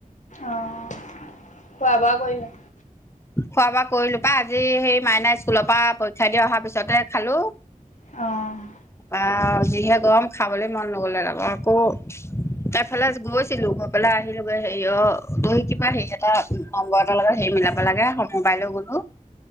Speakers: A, on the left (about 60°); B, on the left (about 20°).
A: অ', খোৱা বোৱা কৰিলে?
B: খোৱা বোৱা কৰিলো পাই আজি সেই মাইনাই স্কুলৰ পৰা পৰীক্ষা দিয়া অহাৰ পিছতে খালো।
A: অ'।
B: আহ যিহে গৰম খাবলৈ মন নগ'লে আকৌ তাইফালে গৈছিলো গৈ পেলাই আহিলোগৈ হেৰি অ', তহি কিবা হেৰি এটা নম্বৰ এটাৰ লগত হেৰি মিলাব লাগে সমবাইলৈ গ'লো।